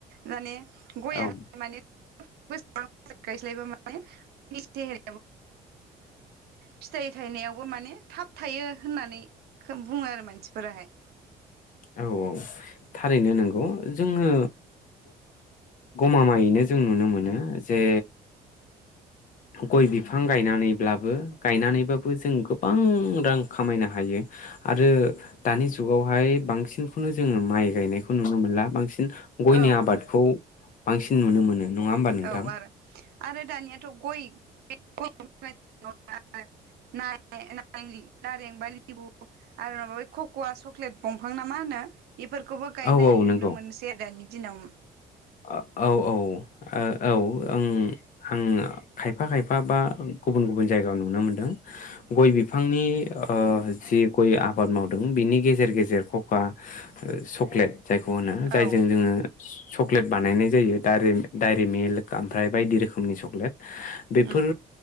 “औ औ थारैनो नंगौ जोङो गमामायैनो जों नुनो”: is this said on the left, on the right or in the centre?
Left